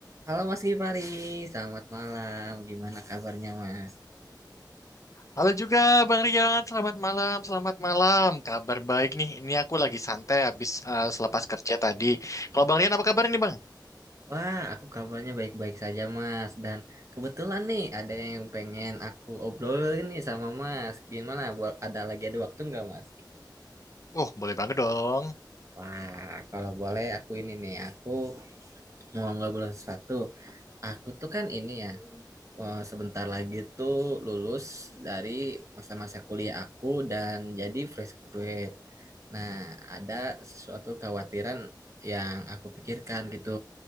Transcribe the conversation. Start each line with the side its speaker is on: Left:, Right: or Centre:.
Right: Halo Mas Gifari, selamat malam. Gimana kabarnya Mas?
Left: Halo juga Bang Rian, selamat malam, selamat malam. Kabar baik nih, ini aku lagi santai habis eh, selepas kerja tadi. Kalau Bang Rian apa kabar ini Bang?
Right: Wah, aku kabarnya baik-baik saja Mas. Dan kebetulan nih ada yang pengen aku obrolin nih sama Mas. Gimana? Bo- Ada lagi ada waktu nggak Mas?
Left: Oh, boleh banget dong.
Right: Wah, kalau boleh aku ini nih, aku mau ngobrol sesuatu. Aku tuh kan ini ya, eh, sebentar lagi tuh lulus dari masa-masa kuliah aku dan jadi fresh graduate. Nah, ada sesuatu kekhawatiran yang aku pikirkan gitu,